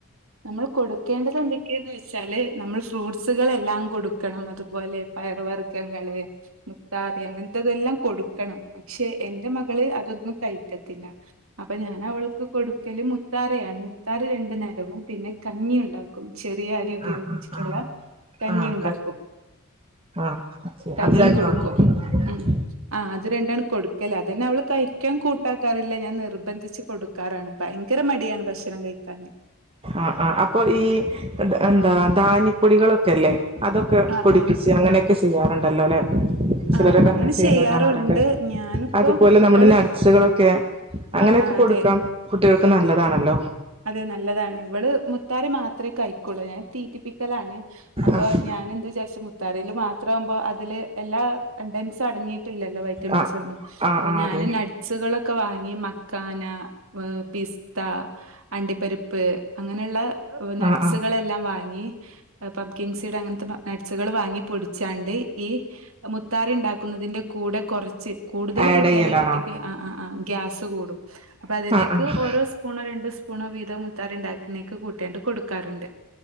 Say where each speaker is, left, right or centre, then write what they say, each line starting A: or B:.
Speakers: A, on the right (about 65°); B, on the right (about 25°).
A: നമ്മൾ കൊടുക്കേണ്ടത് എന്തൊക്കെയാന്ന് വെച്ചാല് നമ്മൾ ഫ്രൂട്ട്സുകളെല്ലാം കൊടുക്കും കൊടുക്കണം അതുപോലെ പയർ വർഗ്ഗങ്ങള് മുത്താറി അങ്ങനത്തെതെല്ലാം കൊടുക്കണം. പക്ഷെ എന്റെ മകള് അതൊന്നും കഴയ്ക്കത്തില്ല അപ്പൊ ഞാൻ അവൾക്ക് കൊടുക്കല് മുത്താറിയാണ് മുത്താറി രണ്ടു നേരവും പിന്നെ കഞ്ഞിയുണ്ടാകും ചെറിയ അരി ഉപയോഗിച്ചിട്ടുള്ള
B: ആഹ് ആഹ്
A: കഞ്ഞി
B: ആഹ് ആഹ്
A: ഉണ്ടാക്കും.
B: ആഹ്
A: കഞ്ഞിയും
B: അത് രണ്ടും
A: കൊടുക്കും
B: ആണോ കൊടുക്കുന്നത്
A: ഉം ആഹ് അത് രണ്ടാണ് കൊടുക്കല് അതന്നെ അവള് കഴിക്കാൻ കൂട്ടാക്കാറില്ല ഞാൻ നിർബന്ധിച്ച് കൊടു ക്കാറാണ് ഭയങ്കര മടിയാണ് ഭക്ഷണം കഴിക്കാൻ.
B: ആഹ് ആഹ് അപ്പൊ ഈ എന്താ ധാന്യപ്പൊടികളൊക്കെല്ലേ. അതൊക്കെ
A: ആഹ്
B: പൊടിപ്പിച്ച്
A: ആഹ്
B: അങ്ങനെയൊക്കെ ചെയ്യാറുണ്ടല്ലോ അല്ലേ? ചിലരൊക്കെ
A: ആഹ്
B: അങ്ങനെ ചെയ്യുന്ന
A: ചെയ്യാറുണ്ട്
B: കാണാറുണ്ട്
A: ഞാനിപ്പോ
B: അതുപോലെ നമ്മുടെ
A: ഇവള്
B: നട്സുകളൊക്കെ. അങ്ങനെയൊക്കെ
A: ആഹ് ആഹ്
B: കൊടുക്കാം
A: അതെ
B: കുട്ടികൾക്ക് നല്ലതാണല്ലോ.
A: അതെ നല്ലതാണ് ഇവള് മുത്താറി മാ ത്രേ കഴിക്കുള്ളൂ ഞാൻ തീറ്റിപ്പിക്കലാണ് അപ്പൊ
B: ആഹ്
A: ഞാൻ എന്ത് വിചാരിച്ചെ മുത്താറില് മാത്രാവുമ്പോ അതില് എല്ലാ കണ്ടൻസും അടങ്ങിട്ടില്ലല്ലോ വൈറ്റമിൻസ്
B: ആഹ്
A: ഒന്നും
B: ആഹ്
A: അപ്പൊ
B: ആഹ്
A: ഞാനും
B: അതെ
A: നട് സുകളൊക്കെ വാങ്ങി മക്കാന, പിസ്ത അണ്ടിപ്പരിപ്പ് അങ്ങനെയുള്ള നട്ട്സുകളെല്ലാം
B: ആഹ് ആഹ്
A: വാങ്ങി അ പ കിങ് സീഡ് അങ്ങനത്തെ നട്ട്സുകൾ വാങ്ങി പൊടിച്ചാണ്ട് ഈ മുത്താറി ഉണ്ടാക്കുന്നതിന്റെ കൂടെ കുറച്ച് കൂടുതൽ
B: ആഡ്
A: കൂട്ടിയാല്
B: ചെയ്യലാണോ
A: കുട്ടിക്ക് ആഹ് ആഹ് ആഹ്. ഗ്യാസ് കൂടും അപ്പൊ അതിലേക്ക്
B: ആഹ് ആഹ്
A: ഓരോ സ്പൂണോ രണ്ട് സ് സ്പൂണോ വീതം മുത്താറി ഉണ്ടാക്കണേക്ക് കൂട്ടിയാണ്ട് കൊടുക്കാറുണ്ട്.